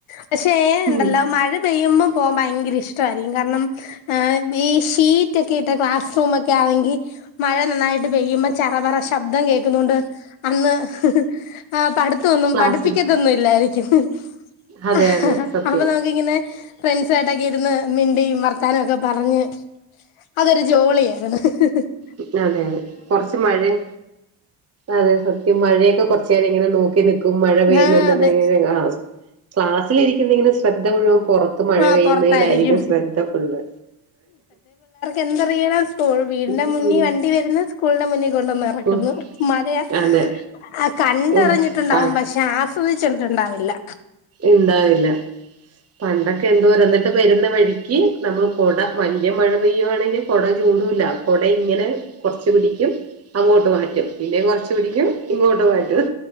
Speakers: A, on the left (about 75°); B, on the right (about 30°).
A: പക്ഷെ ഏഹ് നുണ്ടല്ലോ
B: ഉം
A: മഴ പെയ്യുമ്പോ പോവൻ ഭയങ്കര ഇഷ്ടായിരിക്കും കാരണം ആഹ്ന്നെ ഈ ഷീറ്റ് ക്കെ ഇട്ട ക്ലാസ് റൂമ്ക്കെ ആണങ്കീ മഴ നന്നായിട്ട് പെയ്യുമ്പ ചറപറ ശബ്ദം കേക്ക്ന്നുണ്ട് അന്ന് <unintelligible> ആഹ് പട്ത്തൊന്നും
B: ക്ലാസ്സില്
A: പഠിപ്പിക്കതൊന്നും ഇല്ലായിരിക്കും <unintelligible>
B: അതെ
A: <unintelligible>
B: അതെ സത്യം
A: അപ്പൊ നമുക്കിങ്ങനെ ഫ്രണ്ട് സായിട്ടൊക്കെ ഇരുന്ന് മി <unintelligible> വർത്താനം ഒക്കെ പറഞ്ഞ് അതൊരു ജോളിയാര്ന്നു <unintelligible>
B: ഉം അതെ അതെ കൊർച്ച് മഴെം അതെ സത്യം മഴെയൊക്കെ കൊർച്ചേരം ഇങ്ങനെ നോക്കി നിക്കും മഴ പെയ്യുന്നുണ്ടെന്ന്ങ്ങനെ
A: ആ അതെ
B: ആഹ് ക്ലാസ്സിലെരിക്കുന്നെങ്കിലും ശ്രദ്ധ മുഴും പുറത്ത് മഴ
A: ആഹ്
B: പെയ്യുന്നയ്ലായിരിക്കും
A: പൊറത്തായിരിക്കും
B: സ്രദ്ധ ഫുള്ള്
A: എന്തറിയണാ സ്കൂൾക്ക് വീടിന്റെ
B: ഉം
A: മുന്നീ വണ്ടി വരുന്ന് സ്കൂൾന്റെ മുന്നീ കൊണ്ടുന്ന് എറക്ക്ന്ന്
B: ഉഫ്
A: മഴയാ
B: അതെ
A: ആഹ് കണ്ടറിഞ്ഞിട്ട്ണ്ടാവും
B: ഉഫ് പ
A: പക്ഷെ ആസ്വദിച്ചിട്ട്ണ്ടാവില്ല
B: ഇണ്ടാവില്ല പണ്ടൊക്കെ എന്തോരം എന്നിട്ട് വരുന്ന വഴിക്കി നമ്മൾ കൊട വല്യ മഴ പെയ്യുവാണെങ്കിൽ കൊട ചൂടൂല്ല കൊട ഇങ്ങനെ കൊർച്ച് പിടിക്കും അങ്ങോട്ട് മാറ്റും പിന്നെം കൊർച്ചു പിടിക്കും ഇങ്ങോട്ട് മാറ്റും